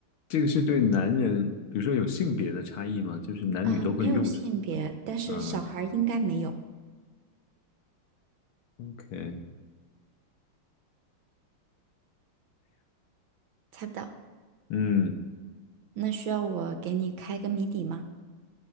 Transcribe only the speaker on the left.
这个是对男人，比如说有性别的差异吗？就是男女都会用是
吗，啊，OK，
嗯，